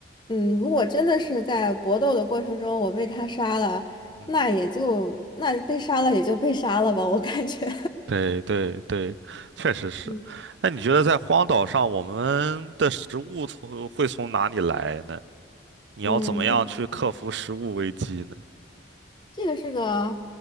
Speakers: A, on the left; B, on the right.
A: 嗯，如果真的是在搏斗的过程中我被他杀了，
B: 嗯哼
A: 那也就那被杀了也就被杀了吧，我感觉，
B: 对对对，确实是。
A: <laughs> 嗯，
B: 那你觉得在荒岛上，我们的食物从会从哪里来呢？你要怎么样去克服食物危机呢？
A: 嗯，那这个是个